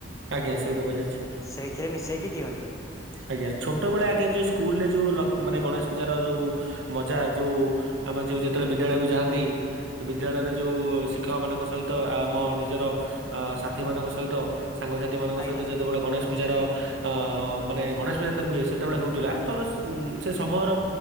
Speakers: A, on the right (about 75°); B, on the left (about 15°).
A: ଆଜ୍ଞା ସେଉ ଟବକା ଜାଣିଚି।
B: ସେଇଥିରେ ମିଶେଇକି ଦିଅନ୍ତି।
A: ଆଜ୍ଞା ଛୋଟବେଳେ ଆଜ୍ଞା ଯୋଉ ସ୍କୁଲ ରେ ଯୋଉ ଲ ମାନେ ଗଣେଶ ପୂଜାର ଯୋଉ ମଜା ଯୋଉ ଆମର ଯୋଉ ଯେତେବେଳେ ବିଦ୍ୟାଳୟକୁ ଯାଆନ୍ତି। ବିଦ୍ୟାଳୟରେ ଯେଉଁ ଶିକ୍ଷକମାନଙ୍କ ସହିତ ଆମ ନିଜର ଅ ସାଥି ମାନଙ୍କ ସହିତ ସାଙ୍ଗସାଥି ମାନଙ୍କ
B: ଆଜ୍ଞା
A: ସହିତ ଯେତେବେଳେ ଗଣେଶ ପୂଜାର ଅ ମାନେ ଗଣେଶ ପୂଜା ଯେବେଳେ ହୁଏ ସେତେବେଳେ ହେଉଥିଲା। ତ ସେ ସମୟର